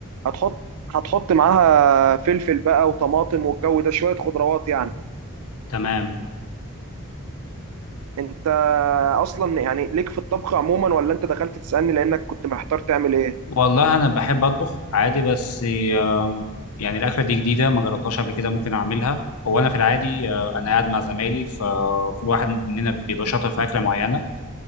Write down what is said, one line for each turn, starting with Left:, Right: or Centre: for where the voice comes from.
Right: هتحط هتحط معاها فلفل بقى وطماطم والجو ده شويه خضروات يعني
Left: تمام
Right: انت اصلا يعني ليك في الطبخ عموما ولا انت دخلت تسالني لانك كنت محتار تعمل ايه
Left: والله أنا بحب أطبخ عادي بس آه، يعني الأكلة دي جديدة ما جربتهاش قبل كده ممكن أعملها هو أنا في العادي آه، أنا قاعد مع زمايلي فكل واحد مننا بيبقى شاطر في أكلة معينة